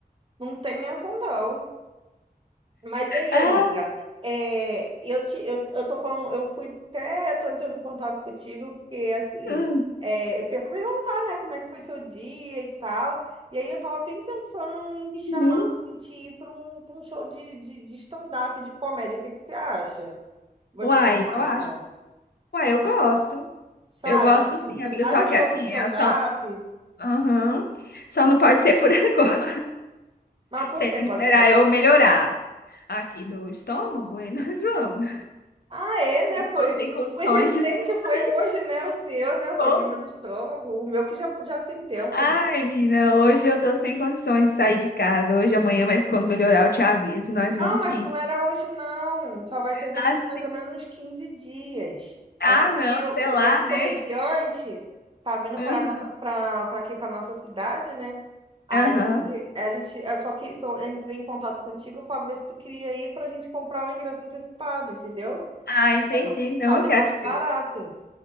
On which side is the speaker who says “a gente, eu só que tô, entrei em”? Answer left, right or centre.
Right